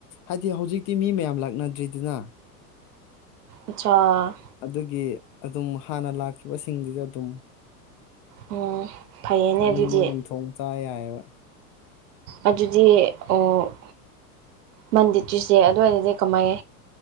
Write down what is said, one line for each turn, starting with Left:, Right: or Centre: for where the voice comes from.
Left: ꯍꯥꯏꯗꯤ ꯍꯧꯖꯤꯛꯇꯤ ꯃꯤ ꯃꯌꯥꯝ ꯂꯥꯛꯅꯗ꯭ꯔꯤꯗꯅ
Right: ꯑꯆꯥꯥ
Left: ꯑꯗꯨꯒꯤ ꯑꯗꯨꯝ ꯍꯥꯟꯅ ꯂꯥꯛꯈꯤꯕꯁꯤꯡꯗꯨꯁꯨ ꯑꯗꯨꯝ
Right: ꯎꯝ ꯐꯩꯌꯦꯅꯦ
Left: ꯊꯣꯛꯅꯤꯡꯕ
Right: ꯑꯗꯨꯗꯤ
Left: ꯑꯗꯨꯝ ꯊꯣꯡ ꯆꯥ ꯌꯥꯏꯑꯦꯕ
Right: ꯑꯗꯨꯗꯤ ꯑꯣ ꯃꯟꯗꯤ ꯇꯨꯋꯤꯁꯗꯦ ꯑꯗꯨꯋꯥꯏꯗꯗꯤ ꯀꯃꯥꯏ